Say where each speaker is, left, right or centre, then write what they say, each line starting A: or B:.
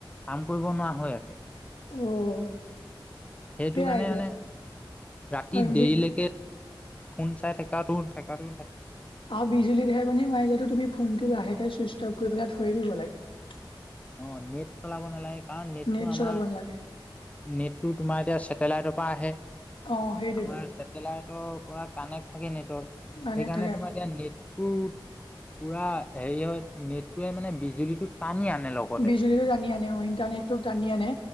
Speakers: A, on the left; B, on the left.
A: কাম কৰিব নোৱাৰা হৈ আছে।
B: অ'।
A: সেইটো
B: সেয়াই
A: কাৰণে
B: এতিয়া
A: মানে ৰাতি
B: আৰু
A: দেৰিলৈকে ফোন চাই থাকাতো- থাকাতো
B: আৰু বিজুলী ঢেৰকণী মাৰিলেটো তুমি ফোনটো লাহেকে চুইটচ অফ কৰি পেলাই থৈয়ে দিব লাগে।
A: অ', নেট চলাব নালাগে কাৰণ নেটটো
B: নেট
A: আমাৰ
B: চলাব নালাগে
A: নেটটো তোমাৰ এতিয়া চেটেলাইটৰ পৰা আহে।
B: অ', সেইটোৱেতো
A: আমাৰ চেটেলাইটৰ পৰা কানেক্ট থাকে নেটৰ
B: কাৰেণ্ট
A: সেইকাৰণে
B: থাকে
A: তোমাৰ এতিয়া নেটটো পুৰা হেৰি হয় নেটটোৱে মানে বিজুলীটো টানি আনে। লগতে
B: বিজুলীটো টানি আনে অ' ইণ্টাৰনেটটো টানি আনে